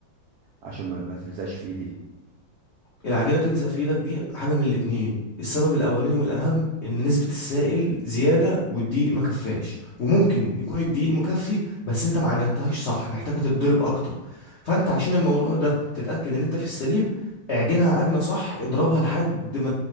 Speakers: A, on the right (about 75°); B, on the left (about 75°).
A: عشان ما ما تلزقش في ايدي
B: العجينة تلزق في ايدك دي حاجة من الاتنين السبب الأولاني والأهم إن نسبة السائل زيادة والدقيق ما كفاش وممكن يكون الدقيق مكفي بس أنت ما عجنتهاش صح محتاجة تتضرب أكتر فأنت عشان الموضوع ده تتأكد إن أنت في السليم اعجنها عجنة صح اضربها لحد ما